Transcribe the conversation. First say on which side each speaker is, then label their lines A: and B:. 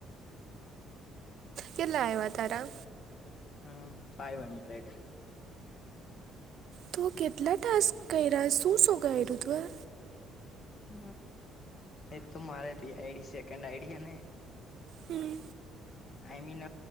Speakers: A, on the right (about 50°); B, on the left (about 35°).
A: કેટલા આવ્યા તારા?
B: હમ, ફાઈવ હંડ્રેડ.
A: તું કેટલા ટાસ્ક કર્યા છે? શું શું કર્યું તું એ?
B: હ, એક તો મારે બે આઈડી સેકન્ડ આઈડી હે ને.
A: હમ.
B: આઈ મીન,